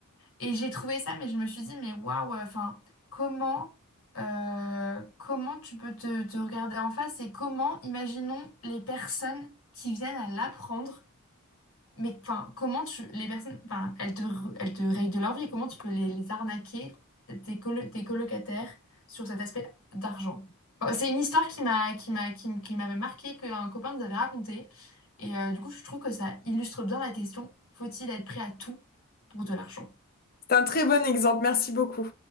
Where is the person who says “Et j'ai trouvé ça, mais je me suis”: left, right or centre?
Left